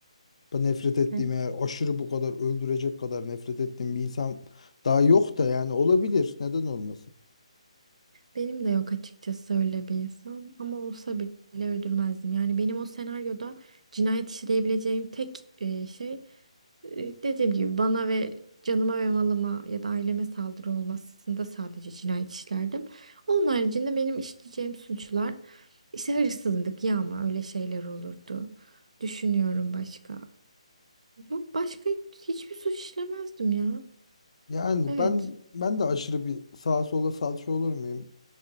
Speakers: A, on the left; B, on the right.
A: Ben nefret ettiğim
B: Evet,
A: eğer aşırı bu kadar öldürecek kadar nefret ettiğim bir insan daha yok da yani olabilir. Neden olmasın?
B: Benim de yok açıkçası öyle bir insan ama olsa bile öldürmezdim. Yani benim o senaryoda cinayet işleyebileceğim tek e, şey E, Dediğim gibi bana ve canıma ve malıma ya da aileme saldırı olmasında sadece cinayet işlerdim. Onun haricinde benim işleyeceğim suçlar işte hırsızlık, yağma öyle şeyler olurdu. Düşünüyorum başka. Yok başka hiçbir suç işlemezdim ya.
A: Yani
B: Evet.
A: ben ben de aşırı bir sağa sola salça olur muyum?